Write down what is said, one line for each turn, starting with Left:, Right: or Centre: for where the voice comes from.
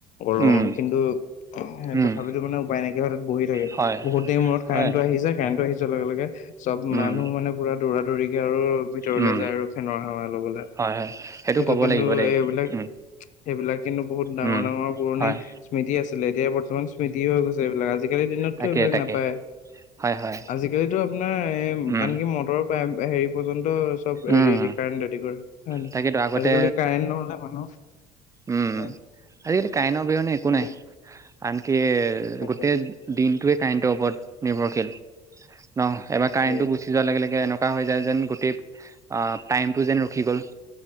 Left: গৰম
Right: উম
Left: কিন্তু
Right: উম
Left: তথাপিতো মানে উপায় নাইকিয়া হয়তো। বহুত
Right: হয়
Left: দেৰি মূৰত কাৰেণ্টো
Right: হয়
Left: আহি যায়, কাৰেন্টটো আহি যোৱাৰ লগে-লগে চব
Right: উম
Left: মানুহ মানে মানে পুৰা দৌৰা দৌৰিকে আৰু ভিতৰলে
Right: উম
Left: যায় আৰু ফেনৰ হাৱা লবলে।
Right: হয় হয়
Left: সেইটো
Right: ক'ব
Left: কিন্তু
Right: লাগিব দেই
Left: এইবিলাক,
Right: উম
Left: সেইবিলাক কিন্তু বহুত ডাঙৰ
Right: উম,
Left: ডাঙৰ পুৰণি
Right: হয়
Left: স্মৃতি আছিলে। এতিয়া বৰ্তমান স্মৃতি হৈ গৈছে এইবিলাক আজি আজিকালি দিনতো
Right: তাকে
Left: এইবিলাক
Right: তাকে
Left: নাপায়।
Right: হয় হয়
Left: আজিকালিটো আপোনাৰ এ
Right: উম
Left: আনকি মটৰ তাত হেৰি পৰ্যন্ত চব হেৰি
Right: উম
Left: দি কাৰেণ্ট দি কৰে। হয়',
Right: তাকেতো আগতে
Left: আজিকালি কাৰেণ্ট নহ'লে মানুহ
Right: উম,
Left: হয়
Right: আজিকালি কাৰেণ্ট অবিহনে একো
Left: আজিকালি
Right: নাই। আনকি
Left: তাকে
Right: গোটেই দিনটোৱে কাৰেণ্টৰ ওপৰত নিৰ্ভৰশীল। ন' এবাৰ
Left: তাকে
Right: কাৰেণ্টটো গুচি যোৱাৰ লগে লগে এনেকুৱা হৈ যায় যেন, গোটেই অ' টাইমটো যেন ৰখি গ'ল।